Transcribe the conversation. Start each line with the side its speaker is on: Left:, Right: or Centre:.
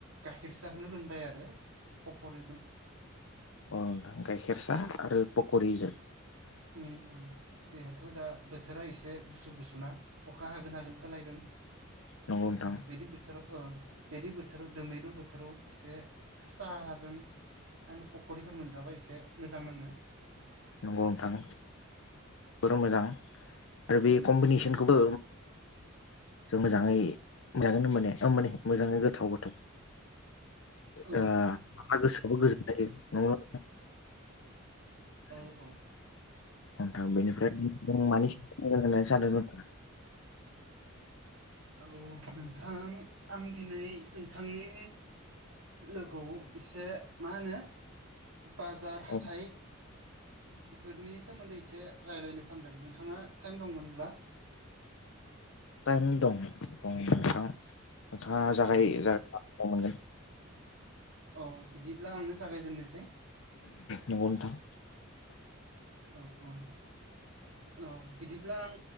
Right: गाइखेर साहखौनो लोंबाय आरो पकरिजों।
Left: अ नोंथां गाइखेर सा आरो पकरिजों।
Right: उम उम। जिहेथु दा बोथोरा एसे गुसु गुसु ना अखा हागोन हागोन खालायदों।
Left: नंगौ नोंथां
Right: ओं बेदि बोथोराव ओं बेदि बोथोराव दोमैरु बोथोराव एसे साहाजों मा होनो फखरिफोर मोनजाबा एसे मोजां नाङो।
Left: नंगौनो नोंथां। मोजां आरो बे
Right: उम
Left: कम्बिनेसनखौबो जों मोजाङै जागोन होनबाने ओमाने माने मोजाङै गोथाव गोथाव।
Right: औ
Left: हा गोसोआबो गोजोननायायो नंगौना नोंथां।
Right: औ औ
Left: नोंथां बेनिफ्राय जों मानि सायाव रायलायनो सानदोंमोन।
Right: औ नोंथां आं दिनै नोंथांनि लोगोआव इसे मा होनो बाजार
Left: नोंथां
Right: हाथाय बेफोरनि सोमोन्दै एसे रायज्लायनो सानदों नोंथाङा टाइम दंमोनब्ला।
Left: टाइम दं दं नोंथां नोंथाङा जागाय
Right: औ औ
Left: जा औ मोनगोन।
Right: औ बिदिब्ला आंनो जागायजेननोसै।
Left: नंगौ नोथां।
Right: औ ओं औ बिदिब्ला आं